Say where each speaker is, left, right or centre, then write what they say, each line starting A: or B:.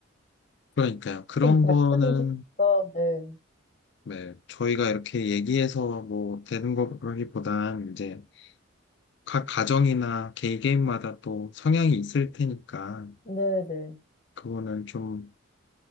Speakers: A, on the left; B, on the left.
A: 그러니까요. 그런
B: 지금 말씀
A: 거는
B: 드니까, 네.
A: 네, 저희가 이렇게 얘기해서 뭐 되는 거라기보단 이제 각 가정이나 개인 개인마다 또 성향이 있을 테니까
B: 네네.
A: 그거는 좀